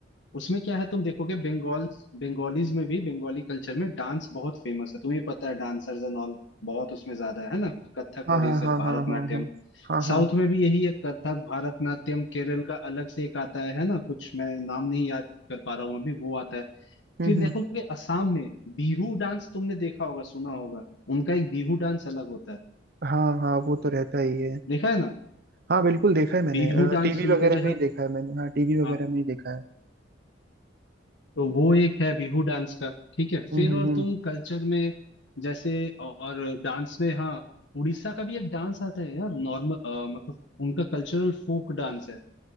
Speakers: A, on the left; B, on the right.
A: उसमें क्या है तुम देखोगे बंगाल बंगालीज में भी बंगाली कल्चर में डांस बहुत फेमस है तुम्हें पता है डांसर्स एंड ऑल बहुत उसमें ज्यादा है ना कथक
B: हाँ
A: और
B: हाँ
A: ये सब
B: हाँ
A: भारतनाट्यम
B: हाँ हाँ हाँ हाँ
A: साउथ
B: हाँ
A: में भी यही है कथक भारतनाट्यम केरल का अलग से एक आता है है ना कुछ मैं नाम नहीं याद कर पा रहा हूँ अभी वो आता है
B: हम्म
A: फिर
B: हम्म,
A: देखोगे असम में बिहू डांस तुमने देखा होगा सुना होगा उनका एक बिहू डांस अलग होता है
B: हाँ हाँ वो तो रहता ही है
A: देखा है ना
B: हाँ बिल्कुल देखा है मैंने
A: बिहू डांस
B: टीवी
A: उनका
B: वगैरह
A: जो
B: में ही देखा है मैंने हाँ टीवी वगैरह
A: है
B: में ही देखा है
A: तो वो एक है बिहू डांस का ठीक
B: हम्म
A: है फिर
B: हम्म
A: और
B: हम्म
A: तुम कल्चर में जैसे और डांस में हाँ उड़ीसा का भी एक डांस आता है यार नॉर्मल मतलब उनका कल्चरल फोक डांस है